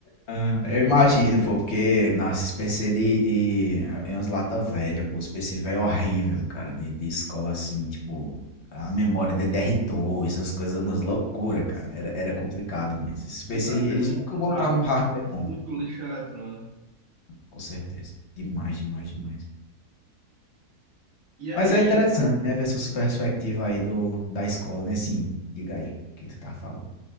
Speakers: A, on the left; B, on the right.
A: Ah, eu imagino, pô, porque, nossa, esses PC de, de, é umas lata velha, pô, os PC velho é horrível, cara, de, de escola assim, tipo, a memória DDR2, as coisas, umas loucura, cara, era, era complicado mesmo. Esses PC,
B: É praticamente
A: ele- eles, nunca botavam
B: usável.
A: hardware bom,
B: Muito lixo eletrônico.
A: com certeza, demais, demais, demais.
B: E aí.
A: Mas é interessante, né, ver essa perspectiva aí do, da escola, né, sim, diga aí, o que tu tá falando.